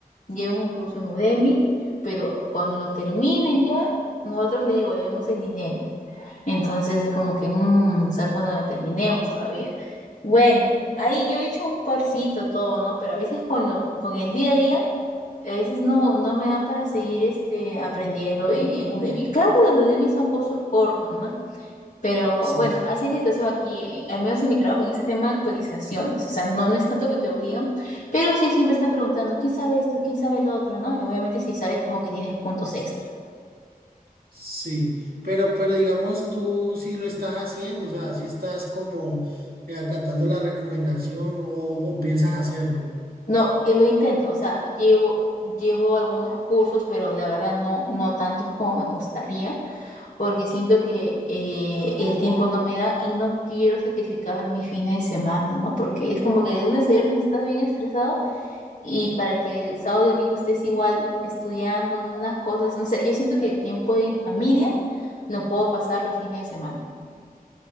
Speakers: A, on the left; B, on the right.
A: lleven un curso en Udemy, pero cuando lo terminen ya, nosotros le devolvemos el dinero. Entonces, como que, mm, o sea, cuando lo terminemos todavía. Bueno, ahí yo he hecho un parcito todo, ¿no? Pero a veces con lo, con el día a día a veces no, no me da para seguir este, aprendiendo en, en Udemy. Claro que los Udemy son cursos cortos, ¿no? Pero
B: Sí,
A: bueno, así es la situación aquí, eh, al menos en mi trabajo, en este tema de actualizaciones. O sea, no, no es tanto que te obligan, pero sí siempre están preguntando, ¿quién sabe esto? ¿Quién sabe lo otro? ¿No? Y obviamente si sabes como que tienes puntos extra.
B: sí, pero, pero digamos tú sí lo estás haciendo, o sea, si estás como eh, acatando la recomendación o, o piensas hacerlo.
A: No, eh, lo intento, o sea, llevo, llevo algunos cursos, pero la verdad no, no tantos como me gustaría. porque siento que eh, el tiempo no me da y no quiero sacrificar mi fines de semana, ¿no? Porque es como que de lunes a viernes estás bien estresado y para que el sábado y domingo estés igual estudiando, ¿no? Unas cosas, no sé, yo siento que el tiempo en familia lo puedo pasar los fines de semana.